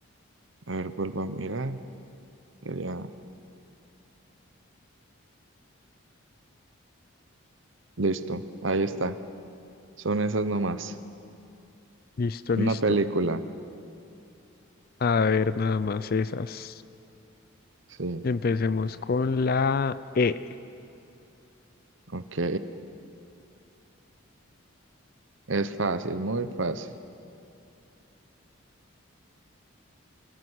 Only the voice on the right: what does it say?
A ver, vuelvo a mirar. Sería, listo, ahí está. Son esas nomás.
Una
película.
Sí,
ok. Es fácil, muy fácil.